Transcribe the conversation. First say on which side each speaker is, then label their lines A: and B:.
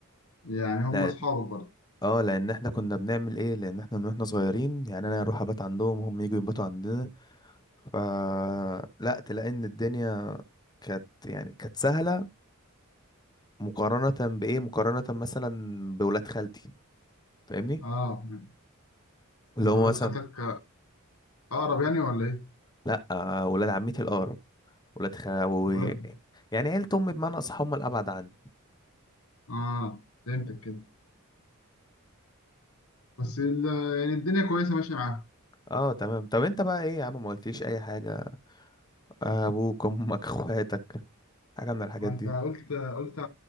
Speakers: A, on the left; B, on the left.
A: يعني هم
B: لا
A: صحابك برضو
B: اه لان احنا كنا بنعمل ايه لان احنا من واحنا صغيرين يعني انا اروح ابات عندهم وهم يجوا يباتوا عندنا ف لا تلاقي ان الدنيا كانت يعني كانت سهلة مقارنة بايه مقارنة مثلا بولاد خالتي فاهمني
A: اه يعني
B: اللي
A: انت
B: هم
A: ولاد
B: مثلا
A: خالتك اقرب يعني ولا ايه
B: لا آه، ولاد عمتي الأقرب ولاد خاوي
A: ولاد
B: يعني عيلة أمي بمعنى أصح هم الأبعد عني
A: اه فهمتك كده بس ال... يعني الدنيا كويسه ماشيه معاها
B: اه تمام طب انت بقى ايه يا عم ما قلتليش اي حاجة ابوك امك <laughs> اخواتك حاجة من الحاجات
A: وانت
B: دي
A: قلت قلت